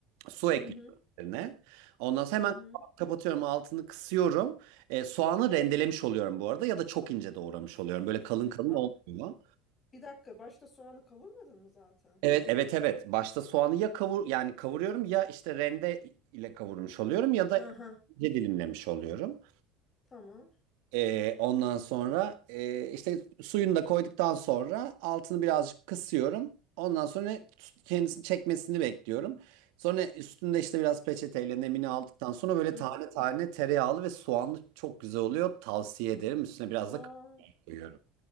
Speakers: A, on the right; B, on the left.
A: su
B: Hı
A: ekliyorum
B: hı,
A: üzerine. Ondan sonra
B: hı
A: hemen
B: hı.
A: kapatıyorum altını kısıyorum. E, soğanı rendelemiş oluyorum bu arada ya da çok ince doğramış oluyorum. Böyle kalın kalın
B: Aa,
A: olmuyor.
B: bir dakika başta soğanı kavurmadın mı zaten?
A: Evet evet evet. Başta soğanı ya kavur yani kavuruyorum ya işte rende ile kavurmuş oluyorum ya da
B: Ha ha.
A: ince dilimlemiş oluyorum.
B: Tamam.
A: Ee, ondan sonra e, işte suyunu da koyduktan sonra altını birazcık kısıyorum. Ondan sonra kendisini çekmesini bekliyorum. Sonra üstünde işte biraz peçeteyle nemini aldıktan sonra böyle
B: Hı
A: tane
B: hı.
A: tane tereyağlı ve soğanlı çok güzel oluyor. Tavsiye ederim. Üstüne biraz da
B: Aa,
A: kaşar koyuyorum.